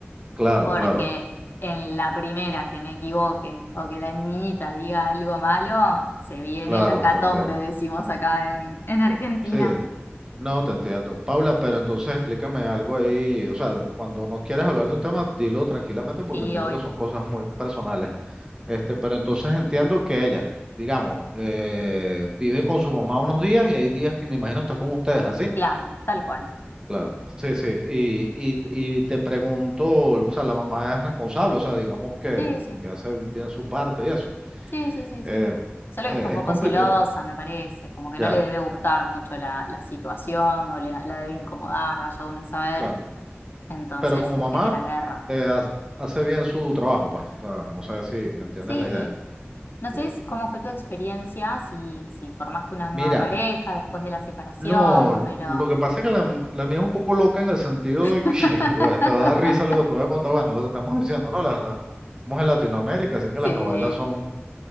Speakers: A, on the right; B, on the left.
A: Claro,
B: porque
A: claro,
B: en la primera que me equivoque o que la niñita diga algo malo, se viene
A: claro,
B: la catombe,
A: te entiendo.
B: decimos acá en, en Argentina.
A: Sí, no, te entiendo. Paula, pero entonces explícame algo ahí. O sea, cuando no quieres hablar de un tema, dilo tranquilamente porque
B: Sí,
A: entiendo
B: obvio.
A: que son cosas muy personales. Este, pero entonces entiendo que ella, digamos, eh, vive con su mamá unos días y hay días que me imagino está con ustedes, ¿así?
B: Claro, tal cual.
A: Claro, sí, sí. Y, y, y te pregunto, o sea, la mamá es responsable, o sea, digamos que,
B: Sí, sí,
A: que hace bien su parte y eso.
B: sí, sí, sí,
A: Eh,
B: sí. Solo
A: eh,
B: que está un poco
A: es complicado,
B: celosa, me parece, como que
A: ya,
B: no le debe gustar
A: ya,
B: mucho la, la situación o le- la debe incomodar, vaya uno a saber,
A: claro.
B: entonces
A: Pero como mamá,
B: genera guerra.
A: eh, ha- hace bien su trabajo, pues. O sea, no sé si me entiendes
B: Sí,
A: la idea.
B: no sé
A: Sí.
B: si- cómo fue tu experiencia, si, si formaste una nueva
A: Mira,
B: pareja después de la separación,
A: no,
B: pero...
A: lo que pasa es que la, la mía es un poco loca en el sentido
B: <laughs>
A: de que, <laughs> bueno, te va a dar risa lo que te voy a contar, bueno, lo que estamos diciendo, ¿no? Las, las, estamos en Latinoamérica, así que las
B: Sí,
A: novelas son